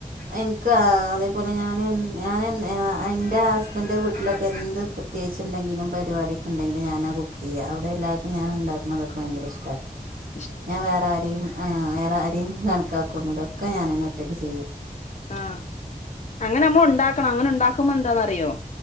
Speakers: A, on the right; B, on the left.
A: എനിക്ക് അതേപോലെ ഞാന് ഞാന് എ എൻ്റെ ഹസ്ബൻ്റെവീട്ടിലൊക്കെ എന്ത് കേസുണ്ടെങ്കിലും പരിപാടിയൊക്കെണ്ടെങ്കിലും ഞാനാ കുക്കുചെയ്യുക അവിടെ എല്ലാർക്കും ഞാനുണ്ടാക്കണതൊക്കെ ഭയങ്കര ഇഷ്ടാ
B: <inaudible>
A: ഞാൻ വേറെ ആരെയും ആ വേറെ ആരേം കണക്കാക്കൊന്നുമില്ല ഒക്കെ ഞാനന്നെ ഒറ്റക്കുചെയ്യും
B: ആ അങ്ങനെ നമ്മ ഉണ്ടാക്കണം അങ്ങനെ ഉണ്ടാക്കുമ്പോ എന്താന്നറിയോ